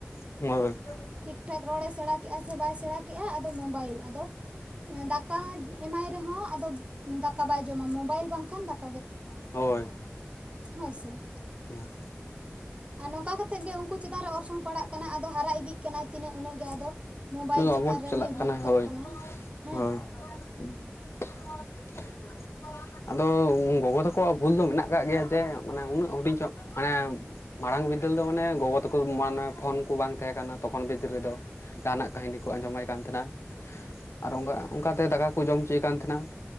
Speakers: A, on the left (about 80°); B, on the right (about 30°).
A: <inaudible>
B: ᱴᱷᱤᱠ ᱴᱷᱟᱠ ᱨᱚᱲᱮ ᱥᱮᱬᱟ ᱠᱮᱜᱼᱟ ᱥᱮ ᱵᱟᱭ ᱥᱮᱬᱟ ᱠᱮᱜᱼᱟ ᱟᱫᱚ ᱢᱳᱵᱟᱭᱤᱞ ᱟᱫᱚ ᱫᱟᱠᱟ ᱦᱚᱸ ᱮᱢᱟᱭ ᱨᱮ ᱦᱚᱸ ᱟᱫᱚ ᱫᱟᱠᱟ ᱵᱟᱭ ᱡᱚᱢᱟ ᱢᱳᱚᱵᱟᱭᱤᱞ ᱵᱟᱝ ᱠᱷᱟᱱ ᱫᱟᱠᱟ
A: ᱦᱳᱭ,
B: ᱦᱳᱭ ᱥᱮ,
A: ᱦᱩᱸ,
B: <unintelligible> ᱟᱨ ᱱᱚᱝᱠᱟ ᱠᱟᱛᱮᱜ ᱜᱮ ᱩᱱᱠᱩ ᱪᱮᱛᱟᱱ ᱨᱮ ᱚᱨᱥᱚᱝ ᱯᱟᱲᱟᱜ ᱠᱟᱱᱟ ᱟᱫᱚ ᱦᱟᱨᱟ ᱤᱫᱤᱜ ᱠᱟᱱᱟᱭ ᱛᱤᱱᱟᱹᱜ ᱩᱱᱟᱹᱜᱮ ᱟᱫᱚ, ᱢᱳᱵᱟᱭᱤᱞ ᱪᱮᱛᱟᱱ
A: ᱟᱵᱚ
B: ᱨᱮ
A: ᱪᱟᱞᱟᱜ
B: ᱩᱱᱤ ᱵᱷᱚᱠᱛᱚᱜ
A: ᱠᱟᱱᱟ ᱦᱳᱭ
B: ᱠᱟᱱᱟᱭ ᱦᱮᱸ,
A: ᱦᱳᱭ <unintelligible> <unintelligible> ᱟᱫᱚ ᱜᱚᱜᱚ ᱛᱟᱠᱚᱣᱟᱜ ᱵᱷᱩᱞ ᱫᱚ ᱢᱮᱱᱟᱜ ᱠᱟᱜ ᱜᱮᱭᱟ ᱡᱮ ᱩᱱᱟᱹᱜ ᱦᱩᱰᱤᱧ ᱠᱷᱚᱡ ᱢᱟᱱᱮ ᱢᱟᱲᱟᱝ ᱵᱤᱫᱟᱹᱞ ᱫᱚ ᱢᱟᱱᱮ ᱜᱚᱜᱚ ᱛᱟᱠᱚ ᱢᱟ ᱯᱷᱳᱱ ᱠᱚ ᱵᱟᱝ ᱛᱟᱦᱮᱸ ᱛᱚᱠᱷᱚᱱ ᱵᱤᱫᱟᱹᱞ ᱨᱮ ᱫᱚ। ᱡᱟᱦᱟᱱᱟᱜ ᱠᱟᱹᱦᱤᱱᱤ ᱠᱚ ᱟᱸᱡᱚᱢᱟᱭ ᱠᱟᱱ ᱛᱟᱦᱮᱸᱱᱟᱭ ᱟᱨ ᱚᱝᱠᱟ ᱚᱱᱠᱟᱛᱮ ᱫᱟᱠᱟ ᱠᱚ ᱡᱚᱢᱪᱚᱭᱮ ᱠᱟᱱ ᱛᱟᱦᱮᱱᱟ।